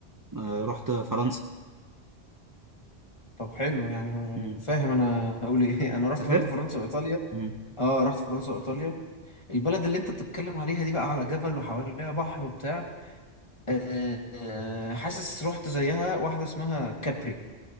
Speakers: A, on the right; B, on the left.
A: آه، رحت فرنسا
B: طب حلو يعني
A: مم.
B: فاهم انا هقول ايه <laughs> انا رحت
A: سافرت
B: برضه فرنسا وايطاليا
A: مم.
B: اه رحت فرنسا وايطاليا البلد اللي انت بتتكلم عليها دي بقى على جبل وحواليها بحر وبتاع آه، آه، حاسس رحت زيها واحده اسمها كابري